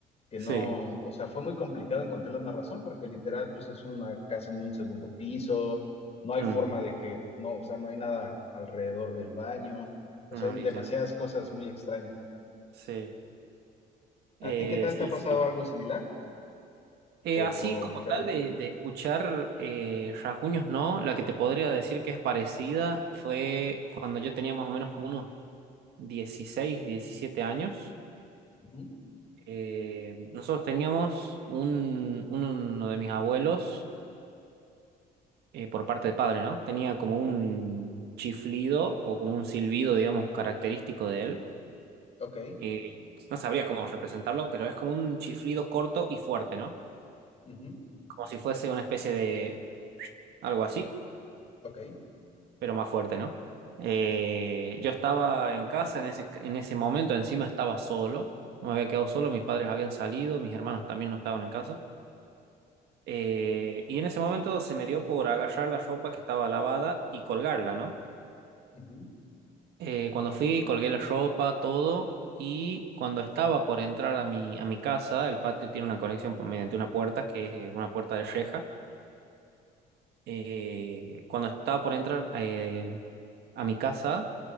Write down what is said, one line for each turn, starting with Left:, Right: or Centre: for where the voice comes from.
Left: que
Right: sí.
Left: no, o sea, fue muy complicado encontrarle una razón porque literal, pues es una casa en un segundo piso, no hay
Right: Mm,
Left: forma de que, no, o sea, no hay nada alrededor del baño, o
Right: no,
Left: sea, hay
Right: literal.
Left: demasiadas cosas muy extrañas.
Right: Sí, Eh,
Left: ¿A ti qué tal te
Right: sí,
Left: ha pasado
Right: sí.
Left: algo similar
Right: Eh,
Left: o,
Right: así como
Left: o diferente?
Right: tal de, de escuchar eh, rasguños, no, la que te podría decir que es parecida fue cuando yo tenía más o menos como unos dieciséis diecisiete años
Left: Ujú,
Right: Eh, nosotros teníamos un, un- uno de mis abuelos, eh, por parte de padre, ¿no? Tenía como un chiflido o como un silbido, digamos, característico de él.
Left: Ok,
Right: que no sabría cómo representarlo, pero es como un chiflido corto y fuerte, ¿no?
Left: ujú,
Right: Como si fuese una especie de algo así,
Left: ok,
Right: pero más fuerte, ¿no? Eh, yo estaba en casa en ese, en ese momento, encima estaba solo, me había quedado solo, mis padres habían salido, mis hermanos también no estaban en casa. Eh, y en ese momento se me dio por agarrar la ropa que estaba lavada y colgarla, ¿no?
Left: ujú,
Right: Eh, cuando fui, colgué la ropa, todo, y cuando estaba por entrar a mi, a mi casa, el patio tiene una conexión por- mediante una puerta, que es una puerta de reja. eh, cuando estaba por entrar eh, a mi casa,